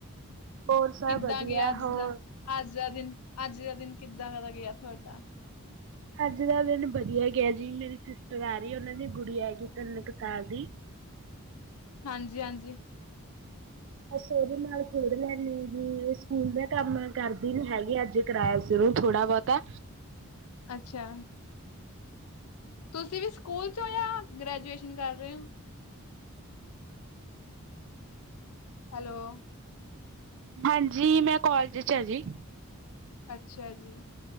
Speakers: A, on the right (about 55°); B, on the left (about 80°).
A: ਹੋਰ ਸਭ
B: ਕੀਦਾਂ
A: ਵਧੀਆ
B: ਗੇਆ ਅੱਜ
A: ਹੋਰ
B: ਦਾ ਅੱਜ ਦਾ ਦਿਨ ਅੱਜ ਦਾ ਦੇਨ ਕੀਦਾਂ ਗੇਆ ਤੁਆਡਾ?
A: ਅੱਜ ਦਾ ਦਿਨ ਵਧੀਆ ਗੇਆ ਜੀ ਮੇਰੀ ਸਿਸਟਰ ਆ ਰਈ ਓਨਾਂ ਦੀ ਗੁੜੀ ਆ ਰਈ ਗੀ ਤੇਨ ਕਾ ਸਾਲ ਦੀ
B: ਹਾਂਜੀ-ਹਾਂਜੀ।
A: ਬਸ ਓਦੇ ਨਾਲ ਖੇਡ ਲੈਨ ਵੀ ਸਕੂਲ ਦਾ ਕੰਮ ਕਰਦੇ ਨੀ ਹੈਗੇ ਅੱਜ। ਕਰਇਆ ਸੁਰੂ ਥੋੜਾ ਬੋਤਾ
B: ਅੱਛਾ। ਤੁਸੀਂ ਵੀ ਸਕੂਲ ਚੋਂ ਜਾਂ ਗ੍ਰੈਜੂਏਸ਼ਨ ਕਰ ਰਏ ਓਂ? ਹੈਲੋ।
A: ਹਾਂਜੀ ਮੈਂ ਕੋਲਜ ਚ ਆ ਜੀ।
B: ਅੱਛਾ ਜੀ।